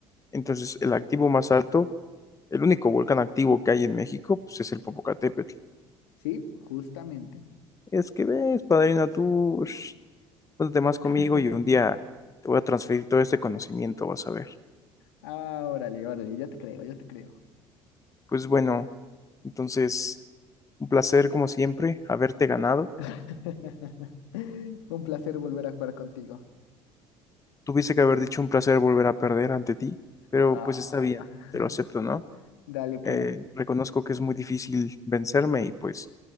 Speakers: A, on the left (about 20°); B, on the left (about 75°).
A: Entonces, el activo más alto, el único volcán activo que hay en México, pues es el Popocatépetl.
B: Sí, justamente.
A: Es que ves, padrino, tú, shh, ponte más conmigo
B: <laughs>
A: y un día te voy a transferir todo este conocimiento, vas a ver.
B: Ah, órale, órale, ya te creo, ya te creo.
A: Pues bueno, entonces, un placer como siempre haberte ganado.
B: <laughs> Un placer volver a jugar contigo.
A: Tuviste que haber dicho un placer volver a perder ante ti, pero
B: Ah,
A: pues está bien, te lo acepto, ¿no?
B: <laughs> dale, pues,
A: eh, reconozco que es muy difícil vencerme y pues